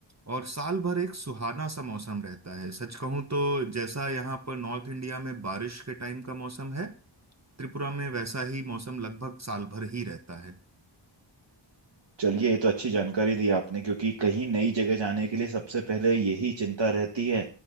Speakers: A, on the right; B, on the right.
A: और साल भर एक सुहाना सा मौसम रहता है सच कहूँ तो जैसा यहाँ पर नॉर्थ इंडिया में बारिश के टाइम का मौसम है त्रिपुरा में वैसा ही मौसम लगभग साल भर ही रहता है
B: चलिए ये तो अच्छी जानकारी दी आपने क्योंकि कहीं नई जगह जाने के लिए सबसे पहले यही चिंता रहती है